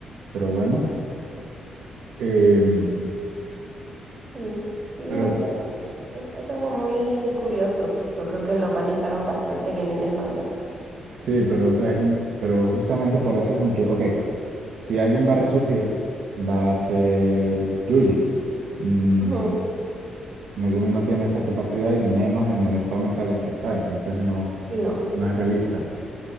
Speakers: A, on the right; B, on the right.
A: Pero bueno, em,
B: sí, sí,
A: pero
B: no sé, es, es algo muy curioso, justo, creo que lo manejaron bastante bien en el manga.
A: sí, pero o sea, es como- pero justamente por eso es como que, ok, si alguien va a resurgir, va a ser Yuji. Mm,
B: Ujú.
A: Megumi no tiene esa capacidad y menos en el estado mental en que está, entonces no.
B: Sí, no.
A: No es realista.